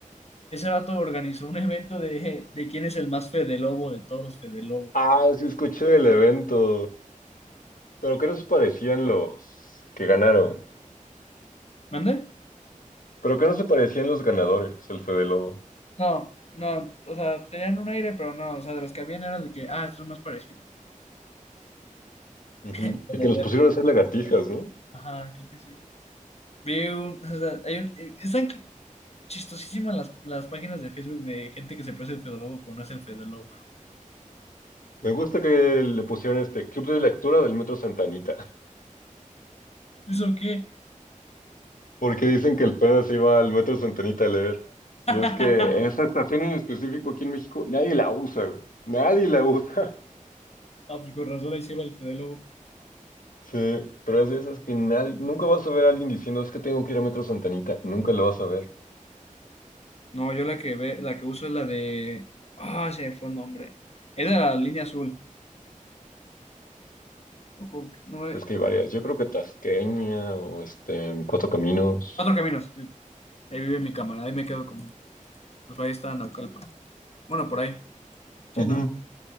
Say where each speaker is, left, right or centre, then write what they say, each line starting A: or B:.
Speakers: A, on the left; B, on the left.
A: Ese vato organizó un evento de, de quién es el más Fede Lobo de todos los Fede Lobo.
B: Ah, sí, escuché del evento. Pero que no se parecían los que ganaron.
A: ¿Mande?
B: Pero que no se parecían los ganadores, el Fede Lobo.
A: No, no, o sea, tenían un aire, pero no, o sea, de los que habían era de que, ah, esto es más parecido.
B: Ujú.
A: De
B: Y que los
A: ver.
B: pusieron a hacer lagartijas, ¿no?
A: Ajá, creo que sí. Vi un, o sea, hay un, eh, están Chistosísimas las, las páginas de Facebook de gente que se parece al Fede Lobo, pero no es el Fede Lobo.
B: Me gusta que le pusieron este club de lectura del Metro Santanita.
A: ¿Eso qué?
B: porque dicen que el Fede se iba al Metro Centenita a leer. Y
A: <laughs>
B: es que esa estación en específico aquí en México, nadie la usa, güey. Nadie la usa. <laughs>
A: Ah, pues con razón ahí se va el Fede Lobo.
B: Sí, pero es de esas que nadie, nunca vas a ver a alguien diciendo, es que tengo que ir a Metro Santanita, nunca lo vas a ver.
A: No, yo la que ve, la que uso es la de. Ah, se me fue el nombre. Es de la línea azul. O con- no me-
B: Es que hay varias, yo creo que Tasqueña o este, Cuatro Caminos.
A: Cuatro caminos. Yo- Ahí vive mi cámara, ahí me quedo con él. Pues ahí está Naucalpan. Bueno, por ahí. Sí,
B: Ujú.
A: ¿no?